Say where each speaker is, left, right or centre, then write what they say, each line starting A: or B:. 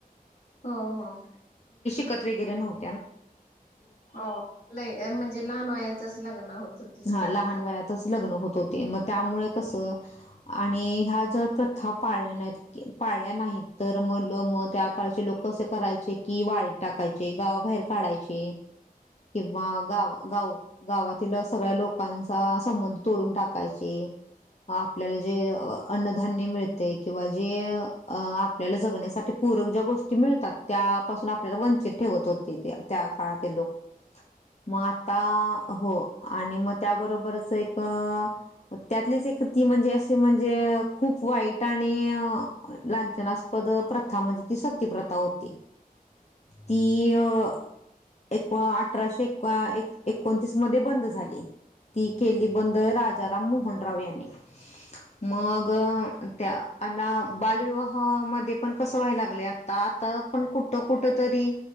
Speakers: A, on the left (about 80°); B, on the left (about 45°).
A: हा हा.
B: <unintelligible> वगैरे नव्ह
A: हो ल म्हणजे लहान वयाच च लग्न होत होती
B: हा
A: ते.
B: लहान वयात लग्न होत होते मग त्यामुळे कसं आणि ह्या जर प्रथा पाळल्या नाही पाळल्या नाही तर म मग त्या काळचे लोक कसं करायचे की वाळीत टाकायचे. गावाबाहेर काढायचे किंवा गाव गाव गावातील अस सगळ्या लोकांचा संबंध तोडून टाकायचे आपल्याला जे अन्नधान्य मिळते किंवा जे आपल्याला जगण्यासाठी पूरक ज्या गोष्टी मिळतात त्यापासून आपल्याला वंचित ठेवत होते त्या काळातील लोकं. मं आता हो. आणि मग त्याबरोबरच एकं त्यातलीच एक ती म्हणजे अशी म्हणजे खूप वाईट आणि लांछनास्पद प्रथा म्हणजे ती सतीप्रथा होती. ती अं एक अठराशे एकोणतीस मध्ये बंद झली ती केली बंद राजाराम मोहनराव यांनी. मंग त्या आणि बालविवाहामध्ये पण कसं व्हायला लागलंय आता आता पण कुठं कुठं तरी